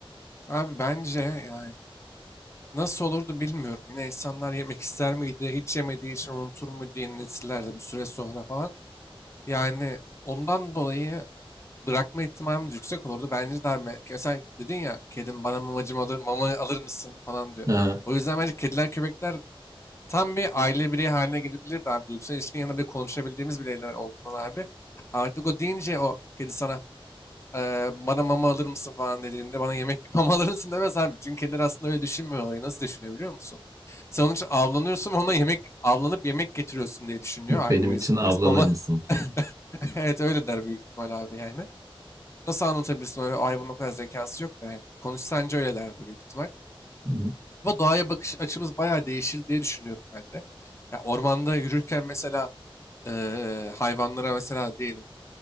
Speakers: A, on the left; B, on the right.
A: Abi bence yani nasıl olurdu bilmiyorum. Yine insanlar yemek ister miydi? Hiç yemediği için unutur muydu yeni nesiller de bir süre sonra falan. Yani ondan dolayı bırakma ihtimalimiz yüksek olurdu. Bence daha me- mesela dedin ya kedim bana mamacım alır, mama alır mısın falan diyor.
B: Ha,
A: O yüzden bence kediler köpekler tam bir aile bireyi haline gelebilirdi abi. Duygusal ilişkinin yanında bile konuşabildiğimiz bireyler olduğundan abi. Artık o deyince o kedi sana "Eee, bana mama alır mısın falan dediğinde bana yemek <laughs> mama alır mısın demez abi. Çünkü kediler aslında öyle düşünmüyor olayı. Nasıl düşünüyor biliyor musun? Sen onun için avlanıyorsun ve ona yemek avlanıp yemek getiriyorsun diye düşünüyor
B: benim
A: aile üyesi
B: için avlanır
A: olarak. Mama
B: mısın falan.
A: <laughs> evet öyle der büyük ihtimal abi yani. Nasıl anlatabilirsin öyle hayvanın o kadar zekası yok da yani. Konuşsa anca öyle derdi büyük ihtimal.
B: Hı hı.
A: Ama doğaya bakış açımız bayağı değişir diye düşünüyorum ben de. Ya ormanda yürürken mesela eee, hayvanlara mesela diyelim